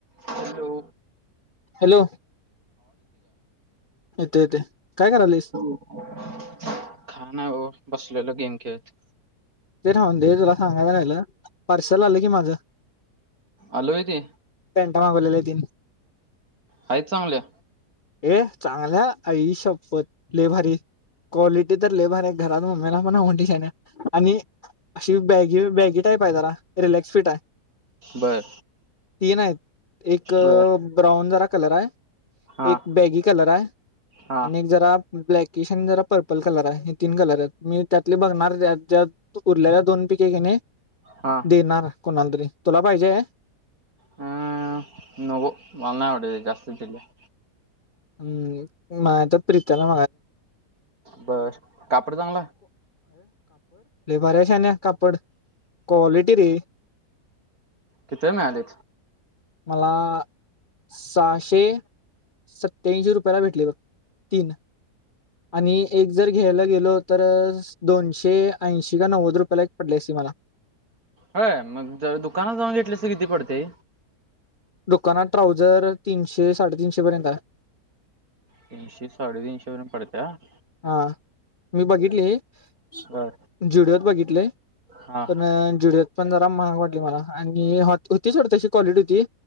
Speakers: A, on the right; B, on the left.
A: Hello! !
B: Hello! येतो, येतो काय करायलस?
A: काय ना व बसलेलो गेम खेळत.
B: ते राहुदे दे तुला सांगायचं राहिलं. पार्सल आलं कि माझ.
A: आलो आहे ते
B: पेंटा मागवलेल्या तीन.
A: आहेतच चांगल्या.
B: ये चांगल्या आई शपत लई भारी क्वालिटी तर लई भारी आहे. घरात मम्मीला पण आवडली शहाण्या आणि अशी बॅग बॅगीत टाईप आहे जरा रिलॅक्स फिट आहे
A: बर
B: तीन आहेत एक.
A: बर
B: ब्राऊन जरा कलर आहे.
A: हा
B: एक बॅगी कलर आहे.
A: हा
B: आणि एक जरा ब्लॅकिश आणि जरा पर्पल कलर आहे हे. तीन कलर आहेत मी त्यातले बघणार. ज्या उरल्याल्या दोन पिके घिने
A: हा.
B: देणार कोणाला तरी तुला पाहिजे?
A: ह नकोमला नाही आवडत जास्त चड्ड्या.
B: <unintelligible> अरे कापड लय
A: बर कापड चांगला
B: भारी आहे शहाण्या कापड क्वालिटी रे.
A: किती मिळाले.
B: मला सहाशे. सत्यांशी रुपयाला भेटली बघ तीन आणि एक जर घ्यायला गेलो, तर दोनशे ऐंशी का नव्वद रुपयाला एक पडली असती मला.
A: होय मग जर दुकानात जाऊन घेतले तर किती पडते.
B: दुकानात ट्राऊझर तीनशे साडेतीनशे पर्यंत आहे.
A: तीनशे साडेतीनशे पर्यंत पडतंय का.
B: हा मी बघितली झुडीयोत
A: बर
B: बघितलेय.
A: हा
B: पण जुडयोत. पण जरा महाग वाटली मला आणि होती सोड तशी क्वालिटी होती.